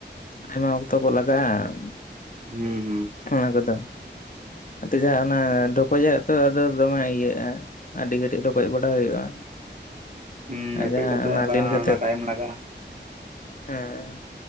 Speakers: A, on the left; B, on the right.
A: ᱟᱭᱢᱟ ᱚᱠᱛᱚ ᱠᱚ ᱞᱟᱜᱟᱜᱼᱟ᱾
B: ᱦᱩᱸ
A: ᱦᱚᱸ ᱚᱱᱟ ᱠᱚᱫᱚ ᱛᱮ ᱡᱟᱦᱟᱸ ᱚᱱᱟ ᱰᱷᱚᱠᱚᱡᱟᱜ
B: ᱦᱩᱸ
A: ᱛᱚ ᱟᱫᱚ ᱫᱚᱢᱮ ᱤᱭᱟᱹᱜᱼᱟ ᱟᱹᱰᱤ ᱜᱷᱴᱤᱡ ᱰᱷᱚᱠᱚᱡ ᱵᱟᱲᱟ ᱦᱩᱭᱩᱜᱼᱟ᱾
B: ᱦᱩᱸ ᱰᱷᱮᱠᱚᱡ
A: ᱟᱪ ᱡᱟᱦᱟᱸ
B: ᱠᱟᱛᱮᱜ
A: ᱚᱱᱟ
B: ᱟᱵᱟᱨ
A: ᱞᱤᱱ ᱠᱟᱛᱮ
B: ᱚᱱᱟ ᱴᱟᱭᱤᱢ ᱞᱟᱜᱟᱜᱼᱟ
A: ᱦᱮᱸ